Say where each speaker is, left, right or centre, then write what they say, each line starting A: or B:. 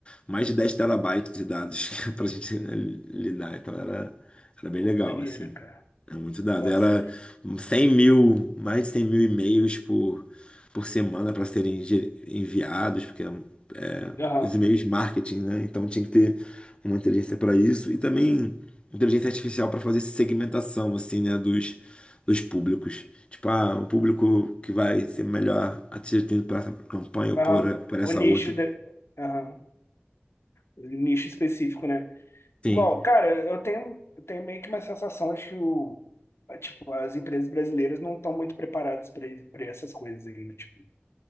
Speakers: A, on the left; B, on the left.
A: mais de 10 terabytes de dados <laughs> pra gente lidar, então era, era bem
B: Pô,
A: legal,
B: maneiro,
A: assim.
B: cara.
A: É muito dado.
B: Gosto.
A: Era 100 mil, mais de 100 mil e-mails por, por semana para serem ge- enviados, porque é, é,
B: Aham.
A: os e-mails marketing, né? Então tinha que ter uma inteligência para isso e também inteligência artificial para fazer segmentação, assim, né? Dos, dos públicos. Tipo, ah, o público que vai ser melhor atingido por essa campanha ou
B: Aham.
A: por, por essa
B: O nicho,
A: outra.
B: de... aham. O nicho específico, né?
A: Sim.
B: Igual, cara, eu tenho, eu tenho meio que uma sensação de que o, é, tipo, as empresas brasileiras não estão muito preparadas para essas coisas ainda, tipo,